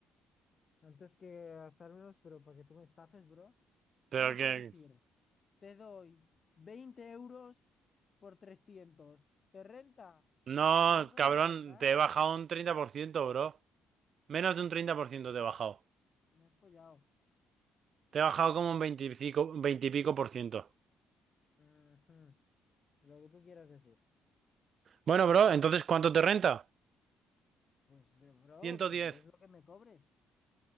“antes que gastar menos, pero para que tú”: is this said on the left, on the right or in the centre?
Left